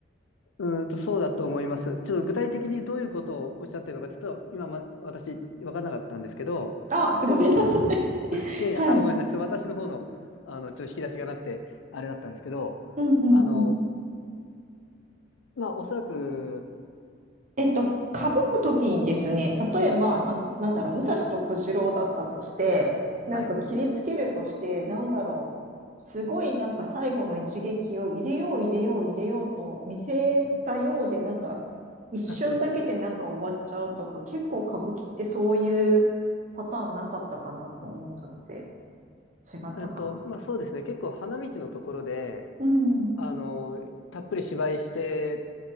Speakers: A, on the left; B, on the right.
A: うーんと、そうだと思います。ちょっと具体的にどういうことをおっしゃってるのか、ちょっと今、ま、私、分からなかったんですけど、
B: あ、すごめんなさい。
A: でも、
B: <laughs>
A: いやいや、
B: はい。
A: あ、ごめんなさい。ちょっと私の方の、あの、ちょっと引き出しがなくて、あれだったんですけど、
B: うんうんうん。
A: あのーまあ、おそらく、
B: えっと、歌舞くときにですね、例えば、
A: はい、
B: なん、なんだろう、武蔵と小次郎だったとして、
A: はい。
B: なんか切りつけるとして、なんだろう、すごいなんか最後の一撃を入れよう入れよう入れようと見せたようで、なんか一瞬だけでなんか終わっちゃうとか、
A: <laughs>
B: 結構歌舞伎ってそういうパターンなかったかなと思っちゃって、違ったか。
A: えっと、まあ、そうですね。結構花道のところで、
B: うん。
A: あのーたっぷり芝居して、